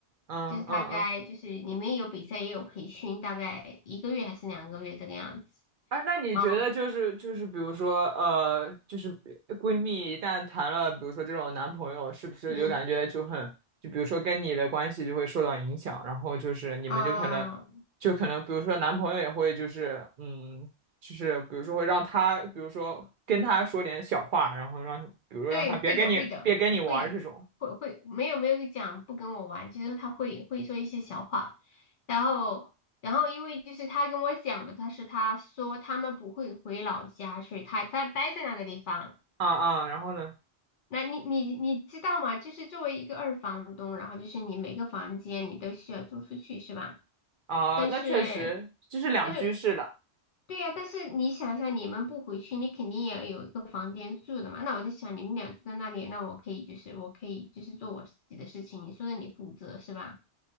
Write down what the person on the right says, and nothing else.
嗯嗯嗯。
哎，那你觉得就是就是，
比如说呃，就是闺蜜一旦谈了，比如说这种男朋友，是不是就感觉就很，
就比如说跟你的关系就会受到影响，然后就是你们就可能，
就可能比如说男朋友也会就是嗯，就是比如说会让他，比如说跟他说点小话，然后让比如说让他别跟你别跟你玩儿这种，
啊啊，然后呢，
啊，
那确实这是两居室的。